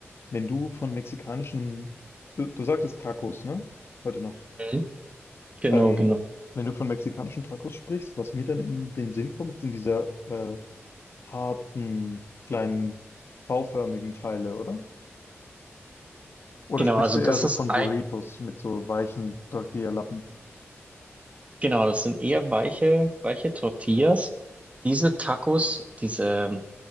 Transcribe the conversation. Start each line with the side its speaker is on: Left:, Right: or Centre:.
Left: Wenn du von mexikanischen, du, du sagtest Tacos, ne? Heute Nacht.
Right: Mhm. Genau,
Left: Ähm,
Right: genau.
Left: wenn du von mexikanischen Tacos sprichst, was mir dann in den Sinn kommt, sind diese äh, harten, kleinen, V-förmigen Teile, oder? Oder
Right: Genau,
Left: sprichst
Right: also
Left: du eher
Right: das
Left: so
Right: ist
Left: von
Right: ein,
Left: Burritos mit so weichen Tortilla-Lappen?
Right: Genau, das sind eher weiche, weiche Tortillas. Diese Tacos, diese